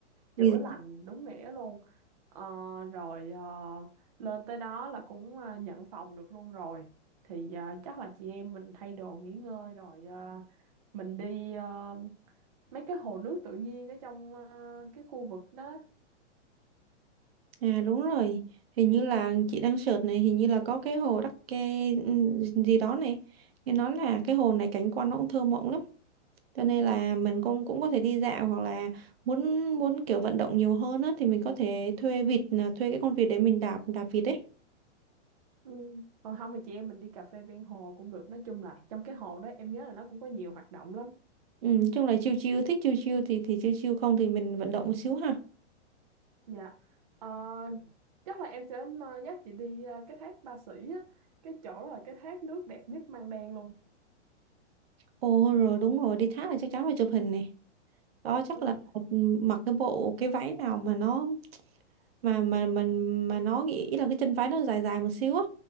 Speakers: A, on the right (about 35°); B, on the right (about 55°).
A: chữa
B: Nghỉ-
A: lành đúng nghĩa luôn Ờ, rồi ờ, lên tới đó là cũng ờ, nhận phòng được luôn rồi thì ờ, chắc là chị em mình thay đồ nghỉ ngơi rồi ờ, mình đi ờ, mấy cái hồ nước tự nhiên ở trong ờ, cái khu vực đó
B: À đúng rồi. Hình như là chị đang search này, hình như là có cái hồ Đắc Kê ừ, gì đó này. Nghe nói là cái hồ này cảnh quan nó cũng thơ mộng lắm. Cho nên là mình cũng cũng có thể đi dạo hoặc là muốn muốn kiểu vận động nhiều hơn á thì mình có thể thuê vịt là thuê cái con vịt để mình đạp đạp vịt ấy
A: ừ. còn không thì chị em mình đi cà phê ven hồ cũng được nói chung là trong cái hồ đó em nhớ là nó cũng có nhiều hoạt động lắm
B: Ừ, nói chung là chiêu chiêu thích chiêu chiêu thì thì chiêu chiêu không thì mình vận động một xíu ha.
A: dạ Ờ, chắc là em sẽ ờ, dắt chị đi ờ, cái thác Ba Sĩ á cái chỗ đó là cái thác nước đẹp nhất Măng Đen luôn
B: Ồ rồi đúng rồi đi thác là chắc chắn phải chụp hình này. Đó chắc
A: Ừ.
B: là mặc cái bộ cái váy nào mà nó mà mà mình mà, mà nó nghĩ ý là cái chân váy nó dài dài một xíu á.